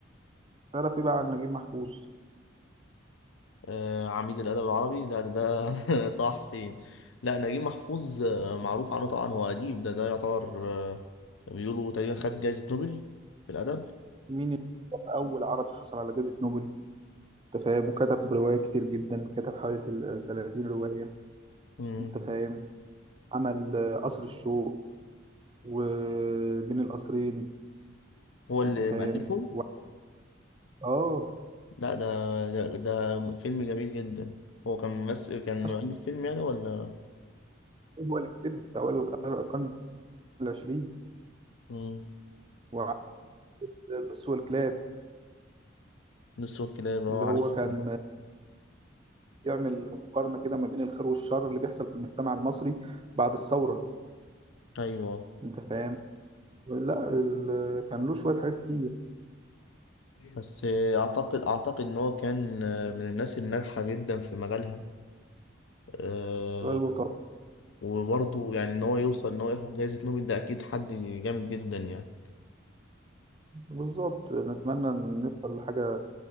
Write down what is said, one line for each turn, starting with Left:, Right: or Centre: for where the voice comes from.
Right: تعرف ايه بقى عن نجيب محفوظ
Left: آه عميد الادب العربي لا ده, ده <laughs> طه حسين لا نجيب محفوظ آه، معروف عنه طبعا هو اديب ده ده يعتبر آه، بيقولوا تقريبا خد جايزة نوبل في الادب
Right: مين اللي هو اول عربي حصل على جائزة نوبل انت فاهم وكتب رواية كتير جدا كتب حوالي تل- 30 رواية
Left: مم.
Right: انت فاهم عمل آه، قصر الشوق وبين القصرين
Left: هو اللي
Right: انت فاهم
Left: مألفه
Right: اه
Left: لا ده ده, ده فيلم جميل جدا هو كان ممثل كان
Right: اشهر
Left: مؤلف فيلم يعني ولا
Right: كتاب هو اللي كتبها في اول القرن العشرين
Left: مم.
Right: وعمل اللص والكلاب
Left: نصه كده اللي هو
Right: اللي
Left: عارفها
Right: هو كان
Left: ده.
Right: يعمل مقارنة كده ما بين الخير والشر اللي بيحصل في المجتمع المصري بعد الثورة
Left: ايوه
Right: انت فاهم لا ال- كان له شوية حاجات كتير
Left: بس اعتقد اعتقد ان هو كان من الناس الناجحه جدا في مجالها أه
Right: ايوه طبعا
Left: وبرضه يعني ان هو يوصل ان هو ياخد جائزه نوبل ده اكيد حد جامد جدا يعني
Right: بالظبط نتمنى ان نوصل لحاجه